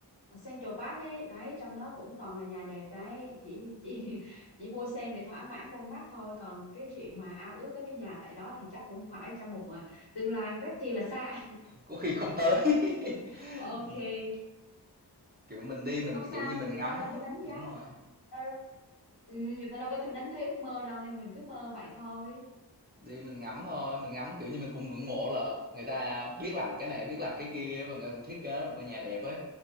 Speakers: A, on the left; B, on the right.
A: ở Central Park ấy đấy trong đó cũng toàn là nhà đẹp đấy chỉ chỉ <laughs> chỉ mua xem để thỏa mãn con mắt thôi còn cái chuyện mà ao ước có cái nhà tại đó thì chắc cũng phải trong một ờ, tương lai rất chi là xa
B: Có khi không tới. <laughs>
A: ok
B: Mình, kiểu, mình đi mình,
A: không sao
B: kiểu như, mình
A: người
B: ngắm
A: ta đâu có đánh giá
B: đúng
A: đâu,
B: rồi,
A: đâu. Ừ, người ta đâu có đánh thấy ước mơ đâu nên mình cứ mơ vậy thôi
B: đi mình ngắm thôi, mình ngắm, kiểu như, mình cũng ngưỡng mộ là người ta biết làm cái này, biết làm cái kia và người ta cũng thiết kế ra một cái nhà đẹp ấy,